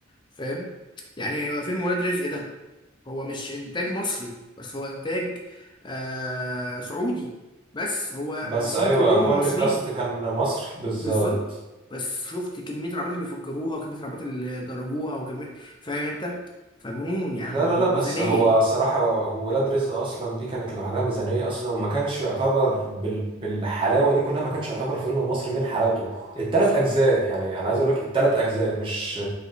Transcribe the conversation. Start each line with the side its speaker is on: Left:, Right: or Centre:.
Left: فاهم يعني فيلم ولاد رزق ده هو مش انتاج مصري بس هو انتاج آه سعودي بس هو
Right: بس
Left: ممثلين
Right: ايوه
Left: كلهم
Right: كل
Left: مصريين
Right: الكاست كان مصري بالظبط
Left: بالظبط بس شفت كمية العربيات اللي فجروها وكمية العربيات اللي ضربوها وكمية فاهم انت فجنون يعني
Right: لا
Left: ميزانية
Right: لا لا بس هو
Left: دي
Right: الصراحة ولاد رزق اصلا دي كانت لوحدها ميزانية اصلا وما كانش يعتبر بال... بالحلاوة دي كلها ما كانش يعتبر فيلم مصري من حلاوته التلات
Left: بالظبط
Right: اجزاء يعني انا عايز اقول لك التلات اجزاء مش